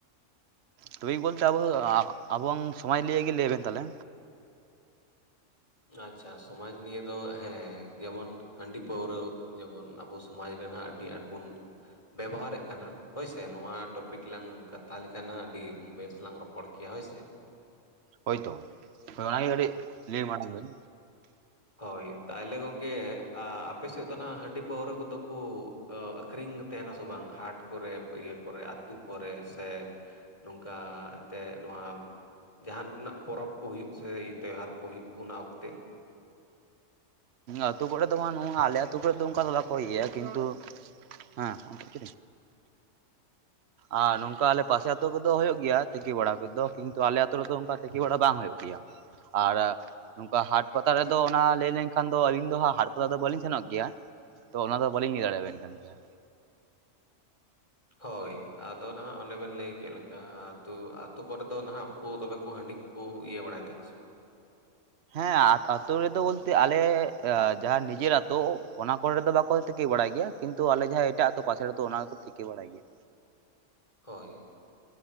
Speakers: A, on the right; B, on the left.
A: ᱴᱚᱯᱤᱠ ᱵᱚᱞᱛᱮ ᱟᱵᱚ ᱟᱵᱚᱣᱟᱝ ᱥᱚᱢᱟᱡᱽ ᱞᱤᱭᱟᱹᱜᱮ ᱞᱟᱹᱭ ᱵᱮᱱ ᱛᱟᱞᱦᱮ
B: ᱟᱪᱪᱷᱟ ᱥᱚᱢᱟᱡᱽ ᱱᱤᱭᱮ ᱫᱚ ᱦᱮᱸ ᱡᱮᱢᱚᱱ ᱦᱟᱹᱱᱰᱤ ᱯᱟᱹᱣᱨᱟᱹ ᱡᱮᱢᱚᱱ ᱟᱵᱚ ᱥᱚ ᱢᱟᱡᱽ ᱨᱮᱱᱦᱟᱜ ᱟᱹᱰᱤ ᱟᱸᱴ ᱵᱚᱱ ᱵᱮᱵᱚᱦᱟᱨᱮᱜ ᱠᱟᱱᱟ ᱦᱳᱭᱥᱮ ᱱᱚᱣᱟ ᱴᱚᱯᱤᱠ ᱞᱟᱝ ᱠᱟᱛᱷᱟ ᱞᱮᱠᱷᱟᱱ ᱟᱹᱰᱤ ᱵᱮᱥ ᱞᱟᱝ ᱨᱚᱯ ᱨᱚᱯᱚᱲ ᱠᱮᱭᱟ ᱦᱳᱭ ᱥᱮ
A: ᱦᱳᱭᱛᱳ ᱦᱳᱭ ᱚᱱᱟᱜᱮ ᱠᱟᱹᱴᱤᱡ ᱞᱟᱹᱭ ᱢᱟᱲᱟᱝ ᱵᱮᱱ
B: ᱦᱳᱭ ᱛᱟᱦᱞᱮ ᱜᱚᱝᱠᱮ ᱟ ᱟᱯᱮ ᱥᱮᱫ ᱫᱚ ᱱᱟᱜ ᱦᱟᱺᱰᱤ ᱯᱟᱹᱣᱨᱟᱹ ᱠᱚᱫᱚ ᱠᱚ ᱟ ᱟᱹᱠᱷᱨᱤᱧ ᱛᱟᱸᱦᱮᱱᱟ ᱥᱮ ᱵᱟᱝ ᱦᱟᱴ ᱠᱚᱨᱮ ᱤᱭᱟᱹ ᱠᱚᱨᱮ ᱟᱛᱳ ᱠᱚᱨᱮ ᱥᱮ ᱱᱚᱝᱠᱟ ᱛᱮ ᱱᱚᱣᱟ ᱡᱟᱦᱟᱱ ᱱᱟᱜ ᱯᱚᱨᱚᱵᱽ ᱠᱚ ᱦᱩᱭᱩᱜ ᱥᱮ ᱛᱣᱦᱟᱨ ᱠᱚ ᱦᱩᱭᱩᱜ ᱚᱱᱟ ᱚᱠᱛᱮ
A: ᱟᱹᱛᱩ ᱠᱚᱨᱮ ᱫᱚ ᱵᱟ, ᱱᱚᱣᱟ ᱟᱞᱮ ᱟᱹᱛᱩ ᱠᱚᱨᱮ ᱫᱚ ᱚᱝᱠᱟ ᱫᱚ ᱵᱟᱠᱚ ᱤᱭᱟᱹᱼᱟ ᱠᱤᱱᱛᱩ ᱦᱮᱸ <unintelligible> ᱟᱨ ᱱᱚᱝᱠᱟ ᱟᱞᱮ ᱯᱟᱥᱮ ᱟᱛᱳ ᱠᱚᱫᱚ ᱦᱩᱭᱩᱜ ᱜᱮᱭᱟ ᱛᱤᱠᱤ ᱵᱟᱲᱟ ᱠᱚᱫᱚ ᱠᱤᱱᱛᱩ ᱟᱞᱮ ᱟᱛᱳ ᱨᱮᱫᱚ ᱚᱝᱠᱟ ᱛᱤᱠᱤ ᱵᱟᱲᱟ ᱵᱟᱝ ᱦᱩᱭᱩᱜ ᱜᱮᱭᱟ ᱟᱨ ᱱᱚᱝᱠᱟ ᱦᱟᱴ ᱯᱟᱛᱟ ᱨᱮᱫᱚ ᱚᱱᱟ ᱞᱟᱹᱭ ᱞᱮᱱᱠᱷᱟ ᱠᱷᱟᱱ ᱫᱚ ᱟᱹᱞᱤᱧ ᱫᱚ ᱦᱟᱜ ᱦᱟᱴ ᱯᱟᱛᱟ ᱫᱚ ᱵᱟᱹᱞᱤᱧ ᱥᱮᱱᱚᱜ ᱜᱮᱭᱟ ᱛᱚ ᱚᱱᱟᱫᱚ ᱵᱟᱹᱞᱤᱧ ᱞᱟᱹᱭ ᱫᱟᱲᱮᱭᱟᱵᱮᱱ ᱠᱟᱱ ᱜᱮᱭᱟ
B: ᱦᱳᱭ ᱟᱫᱚ ᱱᱟᱦᱟᱜ ᱚᱱᱮ ᱵᱮᱱ ᱞᱟᱹᱭ ᱠᱮᱜ ᱞᱮᱠᱟ ᱟᱛᱳ ᱟᱛᱳ ᱠᱚᱨᱮ ᱫᱚ ᱱᱟᱦᱟᱜ ᱠᱚ ᱛᱚᱵᱮ ᱠᱚ ᱦᱟᱺᱰᱤ ᱠᱚᱠᱚ ᱤᱭᱟᱹ ᱵᱟᱲᱟᱭ ᱛᱟᱦᱮᱱᱟ ᱥᱮ ᱵᱟᱝ?
A: ᱦᱮᱸ ᱟᱛᱳ ᱨᱮᱫᱚ ᱵᱚᱞᱛᱮ ᱟᱞᱮ ᱡᱟᱸᱦᱟ ᱱᱤᱡᱮᱨ ᱟᱛᱳ, ᱚᱱᱟ ᱠᱚᱨᱮ ᱫᱚ ᱵᱟᱠᱚ ᱛᱮᱠᱮ ᱵᱟᱲᱟᱭ ᱜᱮᱭᱟ ᱾ ᱠᱤᱱᱛᱩ ᱟᱞᱮ ᱡᱟᱦᱟᱸ ᱮᱴᱟᱜ ᱟᱛᱳ ᱯᱟᱥᱮᱨ ᱟᱛᱳ ᱚᱱᱟ ᱨᱮᱠᱚ ᱛᱤᱠᱤ ᱵᱟᱲᱟᱭ ᱜᱮᱭᱟ
B: ᱦᱳᱭ